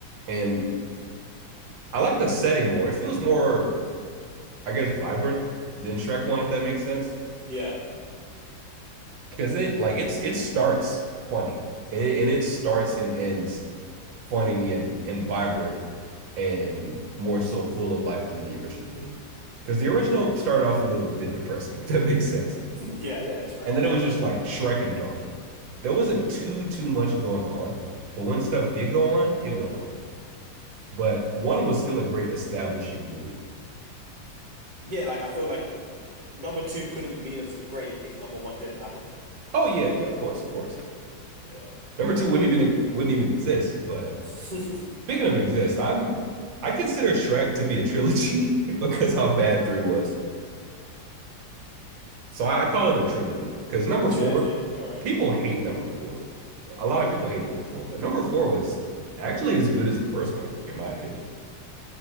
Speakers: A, on the right (about 75°); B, on the right (about 55°).
A: and I like the setting more. It feels more, I guess, vibrant than Shrek One, if that makes sense.
B: Yeah.
A: Because
B: Yeah.
A: it like it's
B: <laughs>
A: it starts funny, and it and it starts and ends funny and and vibrant and more so full of life than the original did. Because the original started off a little bit depressing, <laughs> if that makes sense.
B: Yeah, yeah, that's right.
A: And then it was just like Shrek and Donkey. There wasn't too too much going on, but when stuff did go on, it went on. But one was still a great establishing movie.
B: Yeah, like I feel like number two couldn't be as great if number one didn't happen.
A: Oh yeah, yeah, of course, of course.
B: Yeah.
A: Number two
B: The
A: wouldn't
B: good
A: even
B: pairing.
A: wouldn't even exist. But
B: <laughs>
A: speaking of exist, I'm I consider Shrek to be a trilogy <laughs> because how bad three was. So I, I call it a trilogy because number
B: A trilogy.
A: four,
B: All right.
A: people hate number four. A lot of people hate number four, but number four was actually as good as the first one, in my opinion.